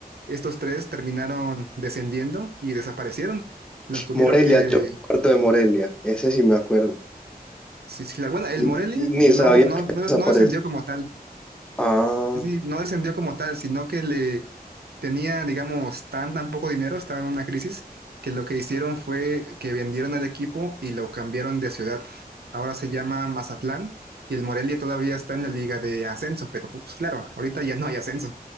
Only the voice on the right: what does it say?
Estos tres terminaron descendiendo y desaparecieron. Los tuvieron
que
Sí, sí, claro. Bueno, el
Morelia
no,
no,
no,
no descendió como tal.
Sí, sí, no descendió como tal, sino que le tenía, digamos, tan, tan poco dinero, estaba en una crisis, que lo que hicieron fue que vendieron el equipo y lo cambiaron de ciudad. Ahora se llama Mazatlán y el Morelia todavía está en la liga de ascenso, pero pues claro, ahorita ya no hay ascenso.